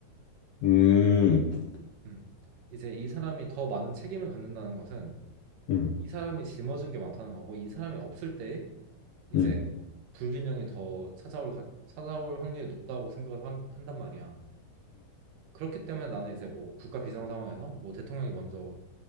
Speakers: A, on the left; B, on the right.
A: 음, 음,
B: 음. 이제 이 사람이 더 많은 책임을 갖는다는 것은
A: 음,
B: 이 사람이 짊어진 게 많다는 거고 이 사람이 없을 때 이제
A: 음,
B: 불균형이 더 찾아올 가- 찾아올 확률이 높다고 생각을 한, 한단 말이야. 그렇기 때문에 나는 이제 뭐 국가 비상 상황에서 뭐 대통령이 먼저